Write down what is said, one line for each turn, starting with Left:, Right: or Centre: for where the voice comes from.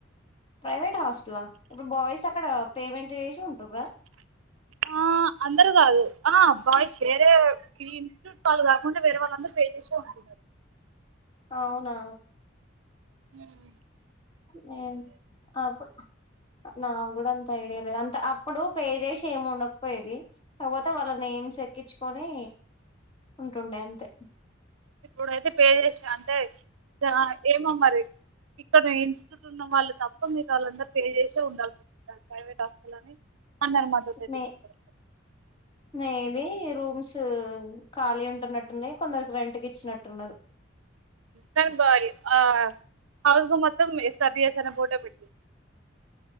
Left: ప్రైవేట్ హాస్టల్లా ఇప్పుడు బాయ్స్ అక్కడ పేమెంట్ చేసి ఉంటుర్రా
Right: ఆ అందరు కాదు ఆ బాయ్స్ వేరే ఈ ఇన్స్టిట్యూట్ వాళ్ళు కాకుండా వేరే వాళ్ళందరూ పే చేసే ఉంటున్నారు
Left: అవునా
Right: హ్మ్
Left: మెం ఆప్
Right: <inaudible>
Left: నా కూడా అంత ఐడియా లేదు అంత అప్పుడు పే చేసి ఏం ఉండకపోయేది తర్వాత వాళ్ళ నేమ్స్ ఎక్కిచుకొని ఉంటుండే అంతే
Right: ఇప్పుడైతే పే చేసి అంతే జారా ఏమో మరి ఇక్కడ ఈ ఇనిస్ట్యూట్ ఉన్నవాళ్లు తప్ప మీ గతా వాళ్ళందరూ పే చేసే ఉండాల్సి వస్తుంది ప్రైవేట్ హాస్టల్ అని అన్నారు మాతోటైతే
Left: మే
Right: చెప్పారు
Left: మేబి రూమ్స్ ఖాళీ ఉంటున్నట్టున్నాయ్ కొందరికి రెంట్కి ఇచ్చినట్టున్నారు
Right: తద్వారి ఆ హౌస్ మొత్తంమే సరిచేసిన ఫోటో పెట్టు